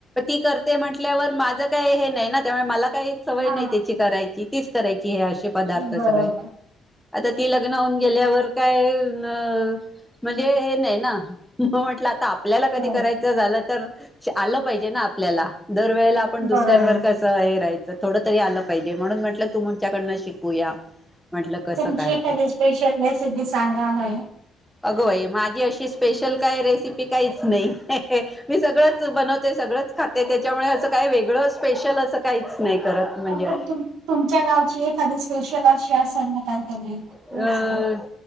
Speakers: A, in the centre; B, on the right.
A: ती करते म्हंटल्यावर, माझं काय हे नाही ना, त्यामुळे मला काही सवय
B: हा
A: नाही त्याची करायची, तीच करायची, हे असे पदार्थ
B: बरोबर
A: सगळे. आता ती लग्न होऊन गेल्यावर, काय अ म्हणजे हे नाही ना, म म्हटलं आपल्याला कधी
B: हो
A: करायच झालं तर, आलं पाहिजे ना आपल्याला, दरवेळेला आपण दुसऱ्यांवर
B: बरोबर
A: हे राहायचं, थोड तरी आलं पाहिजे, म्हणून म्हटलं तू तुमच्याकडन शिकूया. म्हटलं कसं
B: तुमची
A: काय
B: एखादी
A: तर
B: स्पेशल रेसिपी सांगा आम्हाला.
A: अग बाई माझी अशी स्पेशल, काय रेसिपी काहीच नाही. मी सगळंच बनवते, सगळंच खाते, त्याच्यामुळे असं काय, वेगळं स्पेशल असं काहीच नाही. करत म्हणजे
B: पण, तु तुमच्या गावची एखादी स्पेशल अशी असेल ना, काहीतरी
A: अं,
B: रेसिपी.